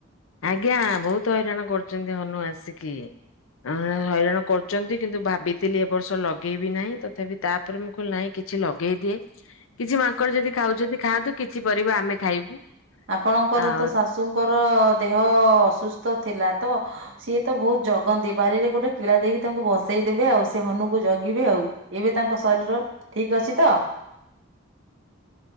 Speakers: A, on the left; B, on the right.
A: ଆଜ୍ଞା ବହୁତ ହଇରାଣ କରୁଛନ୍ତି ହନୁ ଆସିକି। ଆଁ ହଇରାଣ କରୁଛନ୍ତି କିନ୍ତୁ ଭାବିଥିଲି ଏ ବର୍ଷ ଲଗେଇବି ନାହିଁ ତଥାପି ତାପରେ ମୁଁ କହିଲି ନାଇଁ କି କିଛି ଲଗେଇ ଦିଏ କିଛି ମାଙ୍କଡ ଯଦି ଖାଉଛନ୍ତି ଖାଆନ୍ତୁ କିଛି ପରିବା ଆମେ ଖାଇବୁ।
B: ଆପଣଙ୍କର
A: ଆଉ
B: ତ ଶାଶୁଙ୍କର ଦେହ ଅସୁସ୍ଥ ଥିଲା ତ ସିଏ ତ ବହୁତ ଜଗନ୍ତି ବାରିରେ ଗୋଟେ କିଳା ଦେଇକି ତାଙ୍କୁ ବସେଇ ଦେବେ ଆଉ ସେ ହନୁକୁ ଜଗିବେ ଆଉ। ଏବେ ତାଙ୍କ ଶରୀର ଠିକ ଅଛି ତ?